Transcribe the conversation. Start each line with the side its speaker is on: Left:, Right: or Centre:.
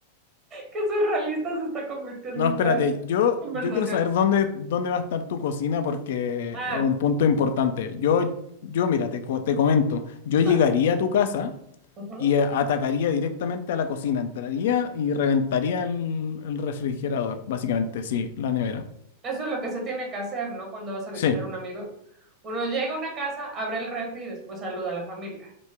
Right: qué surrealista se está convirtiendo
Left: no, espérate.
Right: esta
Left: Yo,
Right: conversación?
Left: yo quiero saber dónde, dónde va a estar tu cocina porque
Right: Ah,
Left: es un punto importante. Yo, yo mira, te, co- te comento. Yo
Right: va.
Left: llegaría a tu casa
Right: Ujú.
Left: y eh, atacaría directamente a la cocina. Entraría y reventaría el, el refrigerador, básicamente, sí, la nevera.
Right: Eso es lo que se tiene que hacer, ¿no? Cuando vas a visitar
Left: Sí.
Right: a un amigo. Uno llega a una casa, abre el refri y después saluda a la familia.